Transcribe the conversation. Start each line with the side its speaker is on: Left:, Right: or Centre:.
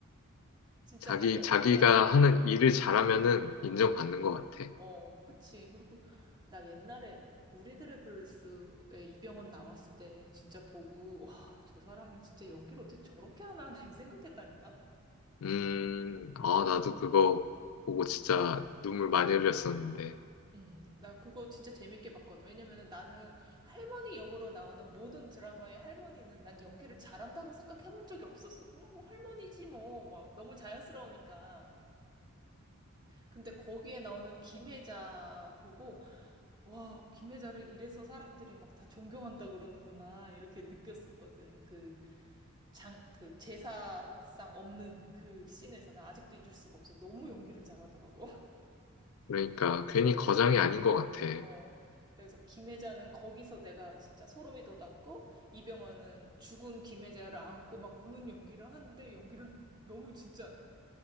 Right: 진짜
Left: 자기,
Right: 나 옛날에
Left: 자기가 하는
Right: 어,
Left: 일을 잘하면은 인정받는 것 같아.
Right: 어, 그치. 그리고 나 옛날에 우리들의 블루스에 이병헌 나왔을 때 진짜 보고, 와, 저 사람은 진짜 연기를 어떻게 저렇게 하나, <laughs> 나이 생각했다니까?
Left: 음, 아, 나도 그거 보고 진짜 눈물 많이 흘렸었는데.
Right: 응, 나 그거 진짜 재밌게 봤거든. 왜냐면은 나는 할머니 역으로 나오는 모든 드라마의 할머니는 난 연기를 잘한다고 생각해 본 적이 없었어. 그냥 뭐 할머니지 뭐, 막 너무 자연스러우니까. 근데 거기에 나오는 김혜자 보고, 와, 김혜자를 이래서 사람들이 막 다 존경한다 그러는구나, 이렇게 느꼈었거든. 그 장, 그 제사상 없는 그 씬에서 나 아직도 잊을 수가 없어. 너무 연기를 잘하더라고. <laughs>
Left: 그러니까 괜히 거장이 아닌 것 같아.
Right: 어. 그래서 김혜자는 거기서 내가 진짜 소름이 돋았고, 이병헌은 죽은 김혜자를 안고 막 우는 연기를 하는데, 연기를 너무 진짜